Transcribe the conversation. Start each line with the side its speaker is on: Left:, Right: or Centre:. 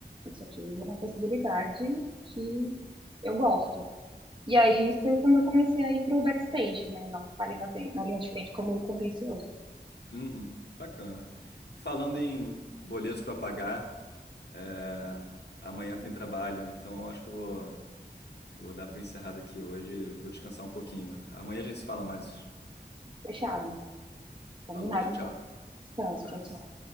Right: isso aqui é uma possibilidade que eu gosto. E aí
Left: Sim.
Right: foi quando eu comecei a ir pro backstage, né? Não ficar ali na, frente- na linha de frente como contencioso.
Left: Uhum. Bacana. Falando em boletos para pagar, é, amanhã tem trabalho, então eu acho que eu vou, vou dar para encerrado aqui hoje. Vou descansar um pouquinho. Amanhã a gente se fala mais.
Right: Fechado. Combinado,
Left: Falou, tchau,
Right: então.
Left: tchau.
Right: Descanso.
Left: Abraço.
Right: Tchau, tchau.